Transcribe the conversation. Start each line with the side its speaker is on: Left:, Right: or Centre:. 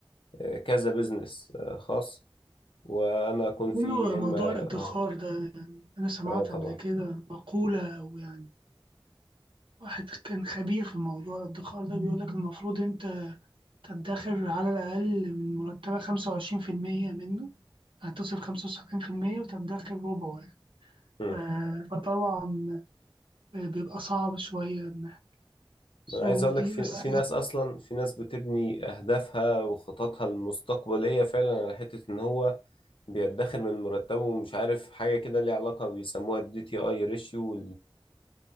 Left: آه، كذا بيزنس خاص وأنا أكون فيه
Right: حلو
Left: يا
Right: موضوع
Left: إما
Right: الادخار
Left: آه
Right: ده يعني أنا سمعت
Left: آه طبعا
Right: قبل كده مقولة أو يعني واحد كان خبير في موضوع الادخار ده بيقول لك المفروض أنت تدخر على الأقل من مرتبك 25% منه يعني تصرف 75% وتدخر ربعه يعني
Left: مم.
Right: ف- فطبعا بيبقى صعب شوية إن إحنا الظروف
Left: انا عايز اقول
Right: دي
Left: لك في
Right: بس
Left: في ناس اصلا في ناس بتبني اهدافها وخططها المستقبليه فعلا على حته ان هو بيدخر من مرتبه ومش عارف حاجه كده ليها علاقه بيسموها الدي تي اي ريشيو